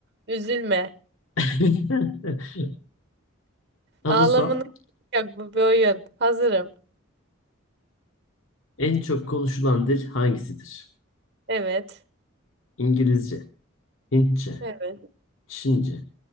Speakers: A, on the right; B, on the left.
A: Üzülme.
B: <laughs> Hazırsam
A: Ağlamanın yok bu bir oyun. Hazırım.
B: en çok konuşulan dil hangisidir?
A: Evet.
B: İngilizce, Hintçe,
A: Evet.
B: Çince,